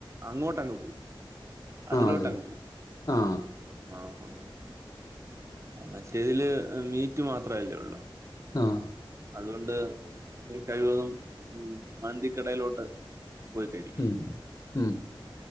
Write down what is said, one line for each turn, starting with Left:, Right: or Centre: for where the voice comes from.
Right: അങ്ങോട്ടങ്ങ് പോവും അതിലോട്ടങ്ങ്
Left: ആ അതെ
Right: പോവും
Left: ആ
Right: ആഹ്ഹാ മറ്റേതില് മീറ്റ് മാത്രല്ലേ ഒള്ളൂ
Left: ആഹ്
Right: അതുകൊണ്ട് കഴിവതും മന്തിക്കടയിലോട്ട് പോയിക്കഴിക്കും
Left: ഉം ഉം